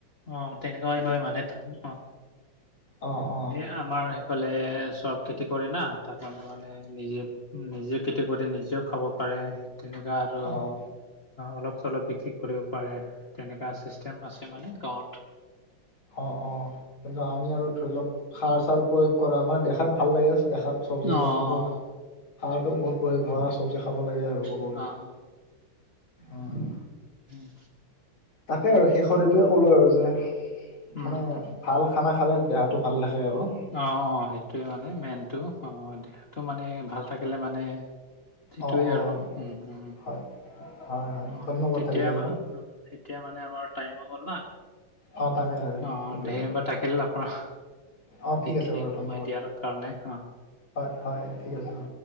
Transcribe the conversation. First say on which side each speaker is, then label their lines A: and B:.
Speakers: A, on the left; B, on the left.
A: অ', তেনেকুৱাই হ'য় মানে থ অ'
B: অ', অ'।
A: এ আমাৰ সেইফালে চ'ব খেতি কৰে না, তাত মানে মানে এ নিজে, নিজে খেতি কৰি নিজেও খাব পাৰে, তেনেকুৱা আ আৰু
B: অ অ
A: অলপ- চলপ বিক্ৰী কৰিব পাৰে। তেনেকা চিষ্টেম আছে মানে গাঁৱত
B: অ', অ', কিন্তু আমি আৰু ধৰিলওঁক সাৰ-চাৰ প্ৰয়োগ কৰা। আমাৰ দেখাত ভাল লাগে দেখাত চব্জিবিলাক
A: অ',
B: কিন্তু
A: অ',
B: সাৰটো বহুত প্ৰয়োগ হোৱা চব্জি খাব লাগে আৰু। ক'ব
A: অ',
B: গ'লে
A: অ'।
B: অ'।
A: উম।
B: তাকে আৰু শেষত এইটোৱে ক'লো আৰু যে
A: উম,
B: মানে ভাল খানা খালে দেহাটো ভাল থাকে আৰু।
A: অ', অ', সেইটোৱে মানে মেইনটো। অ', দেহাটো মানে, ভাল থাকিলে মানে সেইটোৱে
B: অ', অ',
A: আৰু ন'? উম, উম।
B: হয়, হয়, হয়,
A: অ',
B: ধন্যবাদ
A: তেতিয়া
B: থাকিল আপোনাক
A: মনে, উম এতিয়া মানে আমাৰ টাইমো হ'ল না?
B: অ', তাকে তাকে
A: অ',
B: সেইটো
A: ধন্যবাদ থাকিল আও
B: অ',
A: সেই
B: ঠিক আছে বাৰু
A: সময়
B: ধন্যবাদ
A: দিয়াৰ কাৰণে অ'।
B: হয় হয় ঠিক আছে, অ।